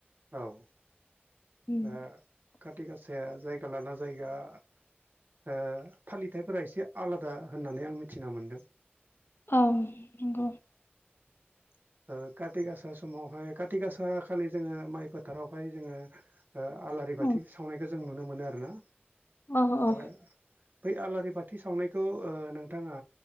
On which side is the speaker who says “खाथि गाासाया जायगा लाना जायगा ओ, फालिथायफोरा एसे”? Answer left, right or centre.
Right